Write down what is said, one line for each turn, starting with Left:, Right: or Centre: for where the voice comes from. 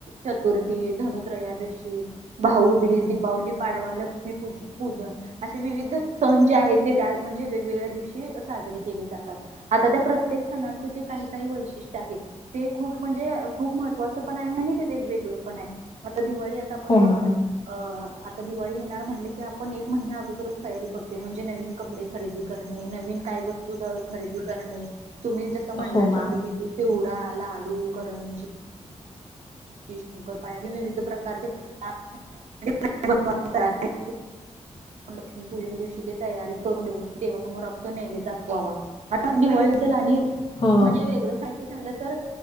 Right: चतुर्थी, धनत्रयोदशी भाऊबीज, दीपावली, पाडवा लक्ष्मी पू -पूजन असे विविध सण जे आहेत. ते त्या म्हणजे वेगवेगळ्या दिवशी साजरे केले जातात, आता त्या प्रत्येक सणांचं जे काही काही वैशिष्टय़ ते खूप म्हणजे- खूप महत्त्वाच पण आहे आणि ते वेगवेगळ पण आहे. तर दिवाळी आता आपण
Left: हो
Right: बघतोय.
Left: मॅम
Right: अ आता दिवाळी येणार म्हणले की आपण एक महिना अगोदरच तयारी करतोय. म्हणजे नवीन कपडे खरेदी करणे, नवीन काही वस्तू खरेदी करणे. तुम्ही जसं म्हणला
Left: हो मॅम
Right: चकली चिवडा, लाडू, करंजी शंकरपाळ्या. हे विविध प्रकारचे पदार्थ <unintelligible> लक्ष्मीपूजन दिवशी ते तयारी करून देवसमोर <unintelligible> तो नैवेद्य दाखवावा. आता दिवाळीबद्दल आणि
Left: हो
Right: म्हणजे वेगळं सा झालं तर.